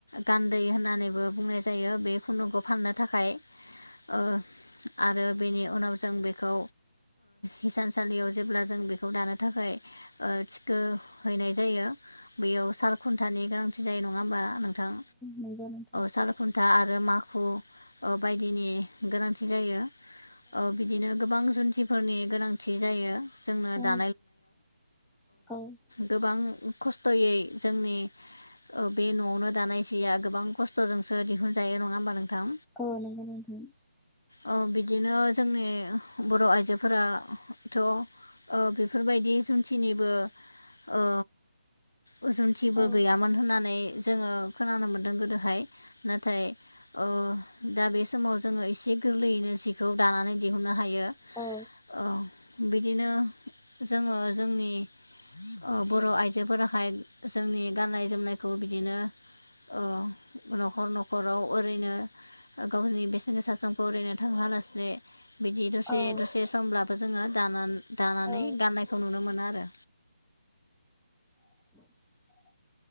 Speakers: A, on the left; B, in the centre.
A: गान्दै होननानैबो बुंनाय जायो। बे खुनुखौ फाननो थाखाय ओ आरो बेनि उनाव जों बेखौ हिसानसालियाव जेब्ला जों बेखौ दानो थाखाय थिखो हैनाय जायो। बैयाव साल खुन्थानि गोनांथि जायो नङा होमबा नोंथां
B: नंगौ नोंथां
A: सालखुन्था आरो माखु बायदिनि गोनांथि जायो। औ बिदिनो गोबां जुन फोरनि गोनांथि जायो। जोंनो
B: औ
A: दा
B: औ
A: गोबां खस्थ'यै जोंनि बे न'आवनो दानाय सिया गोबां खस्थ'जोंसो दिहुनजायो नङा होमबा नोंथां?
B: औ नोंगौ नोंथां।
A: ओ बिदिनो जोंनि बर' आइजोफोराथ' ओ बेफोरबायदि जुन्थिनिबो ओ उ जुन्थिबो
B: औ
A: गैयामोन होननानै जोङो खोनानो मोन्दों गोदोहाय नाथाय ओ दा बे समाव जोङो एसे गोरलैयैनो जिखौ दानानै दिहुननो हायो।
B: औ
A: ओ बिदिनो जोङो जोंनि औ बर' आइजो फोराहाय जोंनि गाननाय जोमनायखौबो बिदिनो औ नखर नखराव ओरैनो गावनि बेसेन गोसा समखौ ओरैनो थांहोलासेनो बिदि
B: औ
A: दसे दसे समब्ला बो जोङो दाना दानानै
B: औ
A: गाननायखौ नुनो मोनो आरो।
B: म